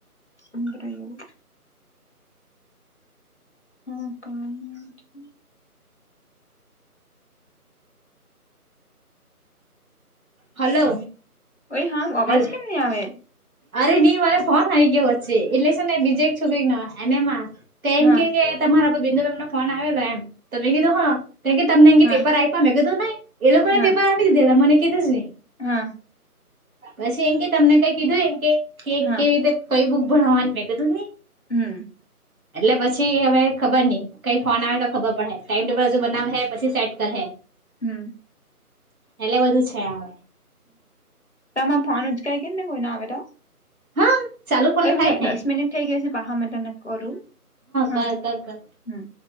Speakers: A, on the left; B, on the right.
A: અંદરયો હા <unintelligible>
B: હલો
A: ભય હા, અવાજ
B: હલ
A: કેમ નહી, આવે
B: અરે નઈ મારે ફોન આવીઈ ગયો, વચ્ચે એટલે શું ને બીજે એક છોકરી એનેમાં તો એમ
A: હા
B: કે કે તમારા બિંદુનનો ફોન, આવેલો એમ તમે કીધું હા, તો કે તમને
A: હા
B: અ પેપર આપ્યા મે કધ ન એ લોકોને
A: હા
B: પેપર આપી દીધે મને કીધું જ નઈ
A: હા.
B: પછી, એમ કે તમને કઈ કીધું એમ કે કેવી
A: હા
B: રીતે કય બુક ભણવાનું મેં કીધું નઈ
A: હમ્મ
B: એટલે પછી હવે ખબર નહ કઈ, ફોન આવે તો ખબર પડે ટાઈમ ટેબલ હજુ બનાવે હે, પછી સેટ કરે
A: હમ્મ.
B: એટલે બધું છે, આવે
A: તોમાં ફોન ઉચકા ગ ને કોઈ ના આવે, તો
B: હા ચાલુ ફોન
A: અ બ
B: થાય ને
A: દસ મિનિટ થઈ ગયા છે, પાહા માટે ન કરું, હા
B: કર
A: ના
B: કર કર
A: હમ્મ